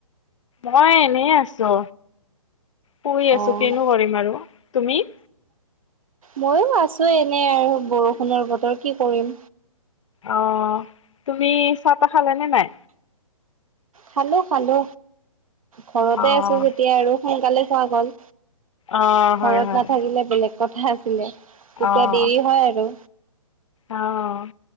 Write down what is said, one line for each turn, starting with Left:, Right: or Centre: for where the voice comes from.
Left: মই এনে আছো। শুই আছো
Right: অ',
Left: কিনো কৰিম আৰু। তুমি?
Right: ময়ো আছো এনে আৰু, বৰষুণৰ বতৰ কি কৰিম।
Left: অ', তুমি চাহ তাহ খালা নে নাই?
Right: খালো খালো। ঘৰতে
Left: অ',
Right: আছো যেতিয়া আৰু সোনকালে খোৱা গ'ল।
Left: অ', হয়
Right: ঘৰত
Left: হয়
Right: নাথাকিলে বেলেগ কথা আছিলে। তেতিয়া
Left: অ',
Right: দেৰি হয় আৰু।
Left: অ',